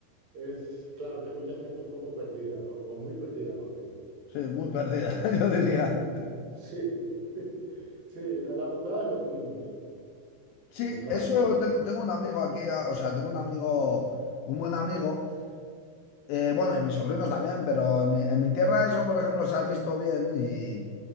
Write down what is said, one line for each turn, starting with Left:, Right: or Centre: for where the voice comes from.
Right: es, claro, que hay mucha gente un poco perdida, ¿no? O muy perdida, más bien.
Left: Sí, muy perdida, <laughs> yo diría.
Right: <laughs> Sí, <laughs> sí, la, la putada de los niños,
Left: Sí,
Right: que claro
Left: eso
Right: que,
Left: tengo, tengo un amigo aquí, a- o sea, tengo un amigo, un buen amigo, Eh, bueno, y mis sobrinos también, pero en mi, en mi tierra eso, por ejemplo, se ha visto bien y,